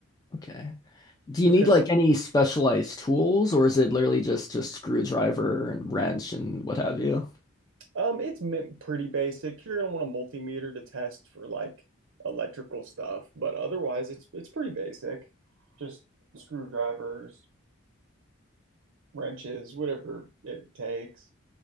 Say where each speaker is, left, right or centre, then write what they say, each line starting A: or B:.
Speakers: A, on the left (about 20°); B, on the right (about 70°).
A: Okay. Do you
B: because
A: need like any specialized tools or is it literally just just screwdriver and wrench and what have you?
B: um, it's pretty basic. You're going to want a multimeter to test for like electrical stuff, but otherwise it's it's pretty basic. Just screwdrivers, wrenches, whatever it takes.